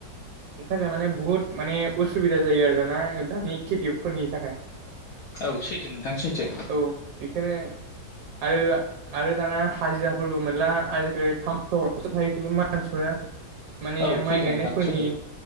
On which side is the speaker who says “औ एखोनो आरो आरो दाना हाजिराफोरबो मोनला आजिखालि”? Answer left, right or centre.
Right